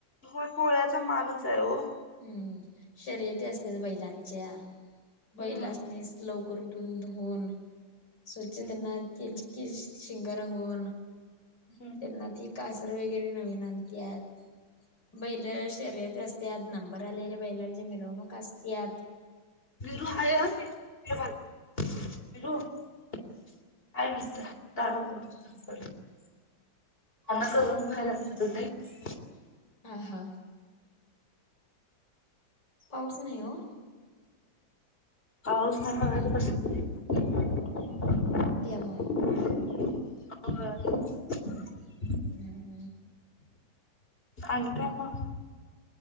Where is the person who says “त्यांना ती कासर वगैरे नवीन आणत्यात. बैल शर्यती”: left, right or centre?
Left